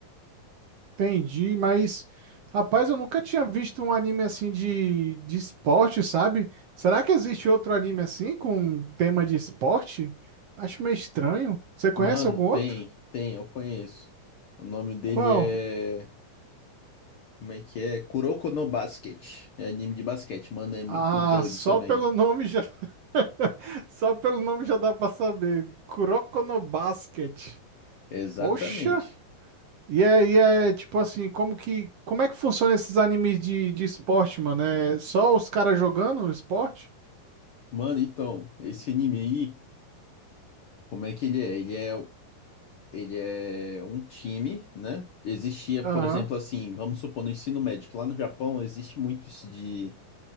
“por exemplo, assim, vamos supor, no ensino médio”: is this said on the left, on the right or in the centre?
Left